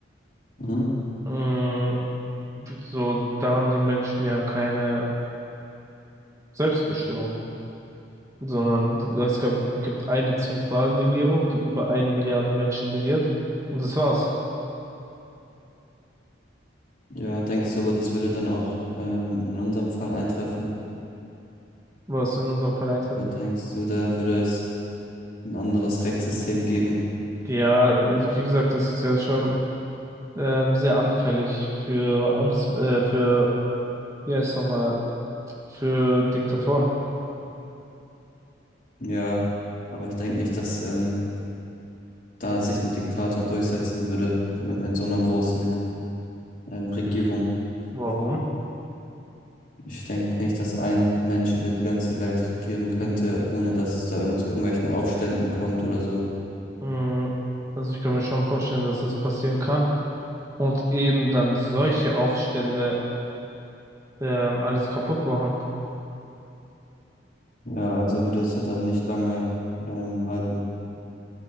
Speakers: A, on the left; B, on the right.
A: Mhm.
B: Mm, So, da haben die Menschen ja keine Selbstbestimmung. sondern es gab, gibt eine Zentralregierung, die über eine Milliarde Menschen regiert. Und das war's,
A: Ja, denkst du aber, das würde dann auch ähm, in unserem Fall eintreffen?
B: was in unserem Fall eintreffend.
A: Oder denkst du, da würde es ein anderes Rechtssystem geben?
B: Ja, wie gesagt, es ist ja schon ähm, sehr anfällig für Amts, äh, für, wie heißt es nochmal, für Diktatoren.
A: Ja, aber ich denke nicht, dass ähm, da sich ein Diktator durchsetzen würde in, in so einer großen ähm, Regierung.
B: Warum?
A: Ich denke nicht, dass ein Mensch über die ganze Welt regieren könnte, ohne dass es da irgend zu irgendwelchen Aufständen kommt oder so.
B: Mm, Also ich kann mir schon vorstellen, dass das passieren kann. Und eben dann solche Aufstände ähm, alles kaputt machen.
A: Ja, also würde es ja dann nicht lange ähm, halten.